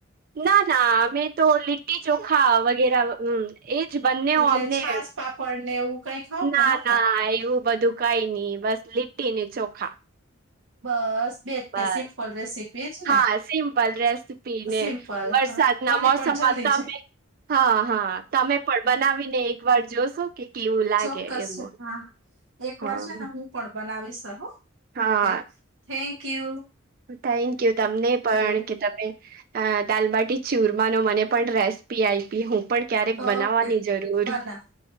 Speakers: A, on the right (about 45°); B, on the right (about 65°).
A: ના ના અમે તો લિટી ચોખા વગેર વ એજ બંનેવા
B: એટલે
A: અમને
B: છાસ પાપડ ને એવું કઈ ખાવ
A: ના
B: કે ન
A: ના
B: ખાવ
A: એવું બધું કઈ નઈ બસ લીટી ને ચોખા.
B: બસ બેજ
A: બસ
B: તે સિમ્પલ રેસીપી જ
A: હા
B: ને
A: સિમ્પલ રેસીપી ને
B: સિમ્પલ
A: વરસાદના
B: હા બની
A: મોસમમાં
B: પણ જલ્દી
A: તમે
B: છે
A: હા હા તમે પણ બનાવીને એક વાર જોશો કે કેવું લાગે
B: ચોક્કસ
A: એવું
B: છે હા એક
A: હા
B: વાર છે ને હું હું પણ બનાવીશ હા
A: હા
B: ઓકે થેન્ક યુ.
A: થેન્ક યુ તમને
B: થેન્ક
A: પણ
B: યુ
A: કે તમે અ દાલબાટી ચુરમાનો મને પણ રેસીપી આઈ પી હું પણ ક્યારેક
B: ઓકે
A: બનાવવાની જરૂર
B: બનાવ